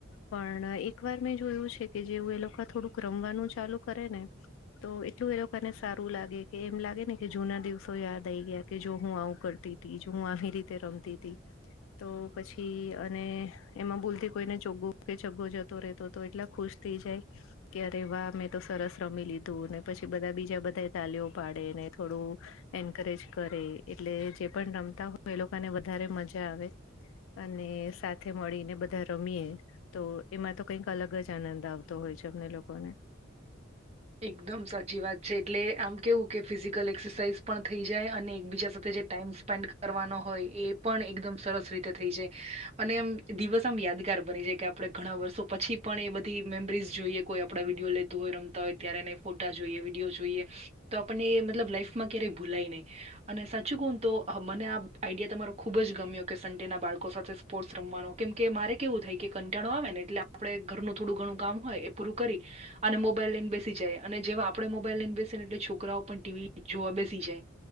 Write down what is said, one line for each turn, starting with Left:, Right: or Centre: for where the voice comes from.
Left: પણ એક વાર મેં જોયું છે કે જેવુ એ લોકો થોડુંક રમવાનું ચાલુ કરે ને તો એટલું એ લોકોને સારું લાગે કે એમ લાગે ને કે જૂના દિવસો યાદ આઈ ગયા કે જો હું આવું કરતી. તી જો હું આવી રીતે રમતી હતી. તો પછી અને એમાં ભૂલતી કોઈને ચોગ્ગો કે છગ્ગો જતો રહેતો તો એટલા ખુશ થઈ જાય કે અરે વાહ મે તો સરસ રમી લીધું ને પછી બધા બીજા બધા તાલીઓ પાડે ને થોડું એન્કરેજ કરે એટલે જે પણ રમતા હોય એ લોકોને વધારે મજા આવે. અને સાથે મળીને બધા રમીએ. તો એમાં તો કંઈક અલગ જ આનંદ આવતો હોય છે અમને લોકોને
Right: એકદમ સાચી વાત છે એટલે આમ કેવું કે ફિઝિકલ એક્સરસાઇઝ પણ થઈ જાય અને એકબીજા સાથે જે ટાઈમ સ્પેન્ડ કરવાનો હોય એ પણ એકદમ સરસ રીતે થઈ જાય અનેમ દિવસ આમ યાદગાર બની જાય કે આપણે ઘણા વર્ષો પછી પણ એ બધી મેમરીઝ જોઈએ કોઈ આપણા વિડીયો લેતું હોય રમતા હોય તો ત્યારે ફોટા જોઈએ વિડીયો જોઈએ તો આપણને મતલબ લાઈફમાં ક્યારેય ભૂલાય નહીં અને સાચું કોને તો મને આ આઈડિયા તમારો ખૂબ જ ગમ્યો કે સન્ડેના બાળકો સાથે રમવાનો કેમ કે મારે કેવું થાય કે કંટાળો આવેને એટલે આપણે ઘરનું થોડું ઘણું કામ હોય એ પૂરું કરી. અને મોબાઈલ બે બેસી જાય અને જેવા આપડે મોબાઈલ લઈને બેસે એટલે છોકરાઓ પણ ટીવી જોવા બેસી જાય.